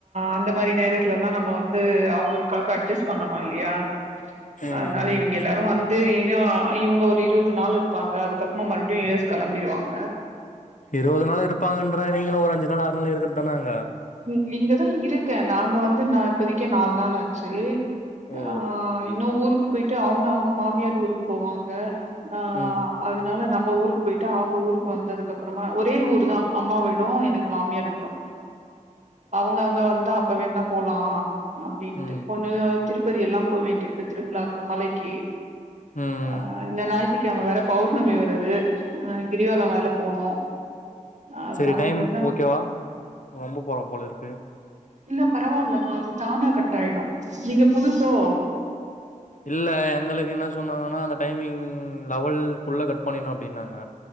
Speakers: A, on the right; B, on the left.
A: அந்த மாரி ட்லலா நம்ம வந்து அவங்களுக்காக அட்ஜஸ் பண்ணனு இல்லயா
B: ம்
A: அதனால இவுங்க எல்லா வந்து இன்னோ இவங்க ஒரு இருவது நாள் இருப்பாங்க அதுக்கப்மா மறுபடியு யூ எஸ் கெளம்பிருவாங்
B: இருவது நாள் இருப்பாங்கன்ற நீங்களு ஒரு அஞ்சு நாள் ஆறு நாள் இருக்கறது தான அங்க
A: இ இங்கதா இருக்கே நாங்க வந்து நா இப்போதக்கி நாலு நாள் ஆச்சி
B: ஓ
A: அ இன்னு ஊருக்கு போய்ட்டு அவுங்க அவுங்க மாமியார் ஊருக்கு போவாங்க ஆ
B: ம் ம்
A: அதனால நம் ம ஊருக்கு போய்ட்டு அவங்க ஊருக்கு வந்ததுக்கப்புறமா ஒரே ஊர் தா அம்மா வீடு எனக்கு மாமியார் வீடு அவங்க அங்க வந்தா அப்ப வேனா போலா அப்டின்ட்டு
B: ம்
A: கொஞ்சோ திருப் ப்பதி எல்லா போ வேண்டியிருக்கு திருவிழாக்கு மலெக்கி
B: ம்
A: ஆ இந்த ஞாய் த்திகெழம வேற பௌர்ணமி வருது அ கிரிவல வேல போனு அதனால
B: செரி டைம்
A: இதெல்லா
B: ஓகேவா ரொம்ப போல போல இருக்கு
A: இல்ல பரவால்ல பா அது தானா கட்டாயிடு நீங்க புதுசோ
B: இல்ல எங்களுக்கு என்ன சொன்னாங்கனா அந்த டைமிங் லெவல் குள்ள கட் பண்ணினு அப்டினாங்க